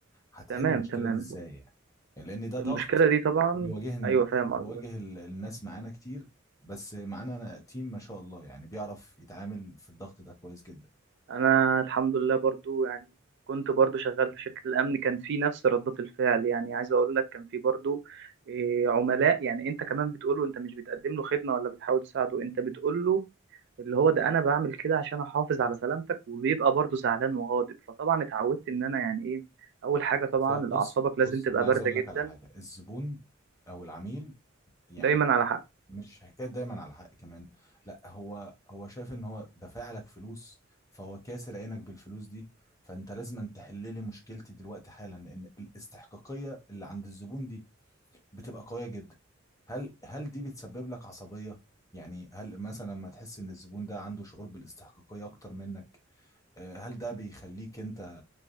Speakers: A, on the left; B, on the right.
A: هتحل
B: تمام
A: المشكله
B: تمام
A: دي ازاي يعني يعني لان ده
B: المشكلة
A: ضغط
B: دي طبعا
A: وبيواجه
B: أيوة فاهم
A: وبيواجه
B: قصدك
A: ال- الناس معانا كتير بس معانا أنا تيم ما شاء الله يعني بيعرف يتعامل في الضغط ده كويس جدا
B: انا الحمد لله برضو يعني كنت برضو شغال في شركة الامن كان في نفس ردات الفعل يعني عايز اقول لك كان في برضو إيه، عملاء يعني انت كمان بتقوله انت مش بتقدم له خدمة ولا بتحاول تساعده انت بتقوله اللي هو ده انا بعمل كده عشان احافظ على سلامتك وبيبقى برضو زعلان وغاضب فطبعا اتعودت ان انا يعني ايه اول حاجة طبعا
A: لا بص
B: اعصابك
A: بص
B: لازم تبقى
A: انا عايز
B: باردة
A: اقول
B: جدا
A: لك على حاجه الزبون او العميل يعني
B: دايما على
A: مش حكايه دايما على الحق كمان لا هو هو شايف ان هو دافع لك فلوس فهو كاسر عينك بالفلوس دي فانت لازم تحل لي مشكلتي دلوقتي حالا لان الاستحقاقيه اللي عند الزبون دي بتبقى قوية جدا هل هل دي بتسبب لك عصبية يعني هل مثلا لما تحس ان الزبون ده عنده شعور بالاستحقاقية اكتر منك آه، هل ده بيخليك انت